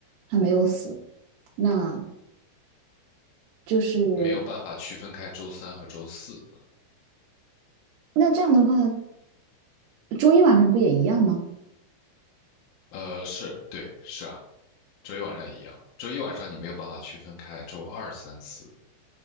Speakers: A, on the right; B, on the left.
A: 他没有死，那就是
B: 没有办法区分开周三和周四，
A: 那这样的话，周一晚上不也一样吗？
B: 呃，是，对，是啊，周一晚上也一样，周一晚上你没有办法区分开周二、三、四。